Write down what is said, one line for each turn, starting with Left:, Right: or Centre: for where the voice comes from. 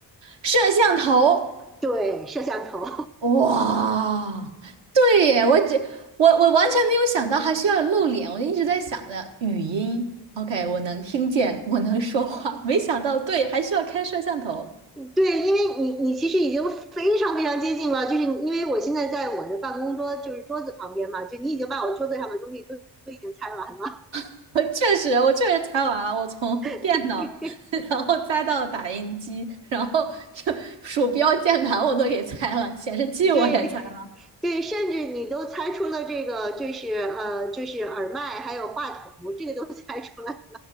Right: 摄像头，
Centre: 对，摄像头。
Right: 哇，对耶，我只我我完全没有想到还需要露脸，我就一直在想着语音，OK，我能听见，我能说话，没想到对，还需要开摄像头。
Centre: 对，因为你你其实已经非常非常接近了，就是因为我现在在我的办公桌就是桌子旁边嘛，就你已经把我桌子上的东西都都已经猜完了，
Right: <laughs> 我确实，我确实猜完了，我从 <laughs>
Centre: <laughs>
Right: 电脑，
Centre: 对
Right: <laughs> 然后猜到打印机，然后就鼠标、键盘我都给拆了，显示器我也拆了
Centre: 对对，甚至你都猜出了这个就是呃就是耳麦还有话筒，这个都 <laughs> 猜出来，